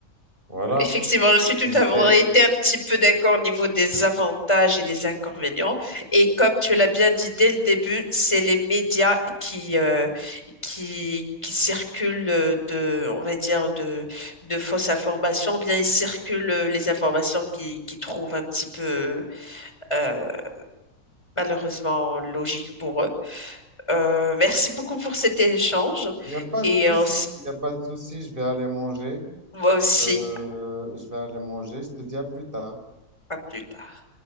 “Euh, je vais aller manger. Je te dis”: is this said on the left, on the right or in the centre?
Right